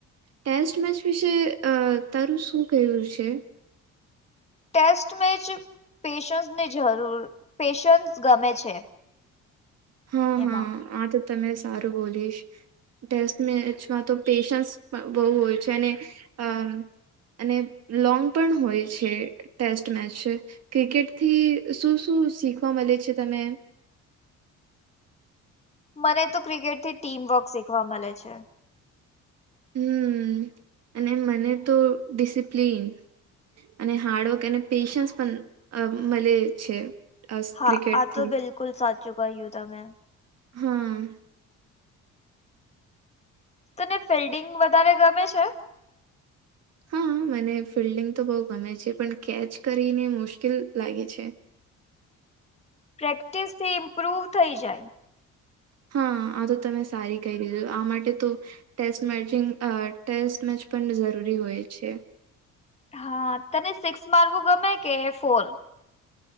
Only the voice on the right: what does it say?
ટેસ્ટ મેચ વિશે અ તારું શું કેવુ છે.
હા
આ તો તમે બોલીશ. ટેસ્ટ મેચમાં તો પેશન્સ બહુ હોય છે અને અ અને લોંગ પણ હોય છે ટેસ્ટ મેચ. ક્રિકેટ થી શું શું શીખવા મળે છે તમે
હમ અને મને તો ડિસિપ્લીન. અને હાર્ડવર્ક અને પેશન્સ પણ મળે છે. અસ
ક્રિકેટથી
હમ
હા મને ફિલ્ડિંગ તો બહુ ગમે છે પણ કેચ કરીને મુશ્કેલ લાગે છે.
હા આ તો તમે સારી કહી દીધું આ માટે તો ટેસ્ટ મેચિંગ ટેસ્ટ મેચ પણ જરૂરી હોય છે.